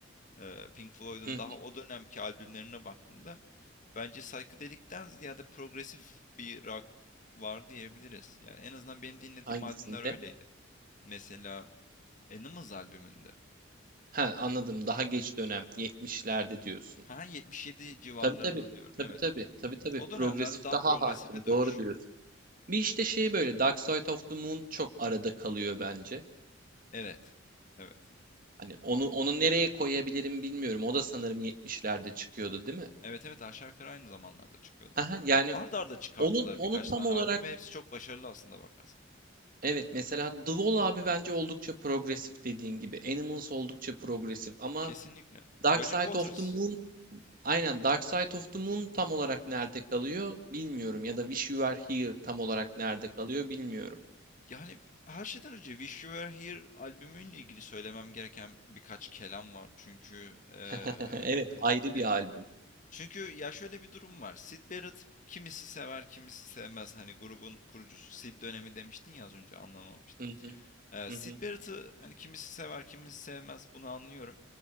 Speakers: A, on the left (about 40°); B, on the right (about 45°).
A: e, Pink Floyd'un
B: hı hı.
A: daha o dönemki albümlerine baktığında bence psychedelic'ten ziyade progresif bir rock var diyebiliriz. Yani en azından benim dinlediğim
B: Hangisinde?
A: albümler öyleydi. Mesela Animals albümünde.
B: Ha anladım daha geç dönem 70'lerde diyorsun.
A: Ha 77 civarlarını
B: Tabii tabii
A: diyorum
B: tabii
A: evet.
B: tabii tabii tabii
A: O
B: progresif
A: dönemlerde daha
B: daha
A: progresife
B: hakim
A: dönüşüyor.
B: doğru diyorsun. Bir işte şey böyle Dark Side of the Moon çok arada kalıyor bence.
A: Evet. Evet.
B: Hani onu onu nereye koyabilirim bilmiyorum. O da sanırım yetmişlerde çıkıyordu, değil mi?
A: Evet evet aşağı yukarı aynı zamanlarda çıkıyorlar.
B: Haha, Yani
A: Ard arda çıkartıyorlar
B: onun onu
A: birkaç
B: tam
A: tane
B: olarak
A: albüm ve hepsi çok başarılı aslında bakarsan.
B: evet mesela The Wall abi bence oldukça progresif dediğin gibi. Animals oldukça progresif ama
A: Kesinlikle.
B: Dark
A: Roger
B: Side
A: Waters.
B: of the Moon aynen Dark Side of the Moon tam olarak nerede kalıyor bilmiyorum ya da Wish You Were Here tam olarak nerede kalıyor bilmiyorum.
A: Yani her şeyden önce Wish You Were Here albümüyle ilgili söylemem gereken birkaç kelam var. Çünkü eee,
B: <laughs> Evet ayrı bir albüm.
A: <laughs> Çünkü ya şöyle bir durum var. Syd Barrett kimisi sever, kimisi sevmez. Hani grubun kurucusu Sid dönemi demiştin ya az önce anlamamıştım.
B: Hı hı
A: Ee,
B: hı
A: Syd
B: hı
A: Barrett'ı hani kimisi sever, kimisi sevmez bunu anlıyorum.